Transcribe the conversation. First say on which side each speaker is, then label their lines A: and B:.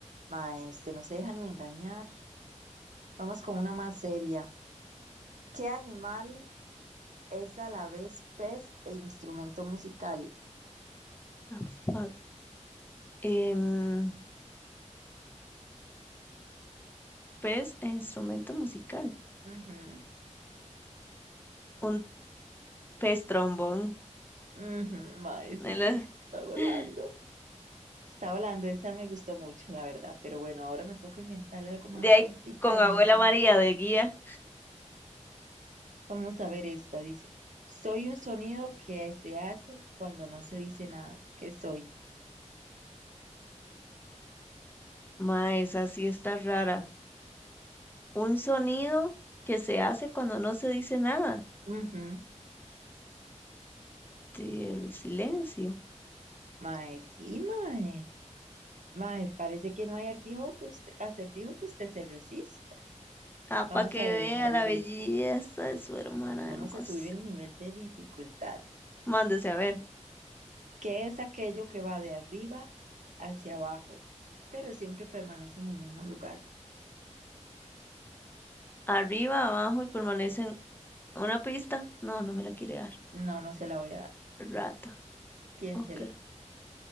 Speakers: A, on the right; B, on the left.
A: Mae, este no se deja ni engañar. Vamos con una más seria. ¿Qué animal es a la vez pez e instrumento musical?
B: Ah, fuck. Em, pez e instrumento musical.
A: Ujú,
B: Un pez trombón.
A: ujú, mae, sí,
B: ¿verdad?
A: <laughs> está volando.
B: <laughs>
A: Está volando, esa me gustó mucho, la verdad. Pero bueno, ahora me toca inventarle algo más
B: De ahí
A: complicadillo.
B: con abuela María de guía.
A: Vamos a ver esta, dice. Soy un sonido que se hace cuando no se dice nada. ¿Qué soy?
B: Ma, esa sí está rara. Un sonido que se hace cuando no se dice nada.
A: Ujú,
B: Sí, el silencio.
A: Mae, sí, mae. Mae, parece que no hay artijo que usted- acertijo que usted se resista.
B: Ah, para
A: Vamos
B: que
A: a ver,
B: vea
A: a ver
B: la belleza
A: esta.
B: de su hermana
A: Vamos
B: hermosa.
A: a subir el nivel de dificultad,
B: Mándese a ver.
A: que es aquello que va de arriba hacia abajo, pero siempre permanece en el mismo lugar.
B: Arriba, abajo y permanecen. ¿Una pista? No, no me la quiere dar.
A: No, no se la voy a dar.
B: Rata.
A: Piénselo.
B: Ok.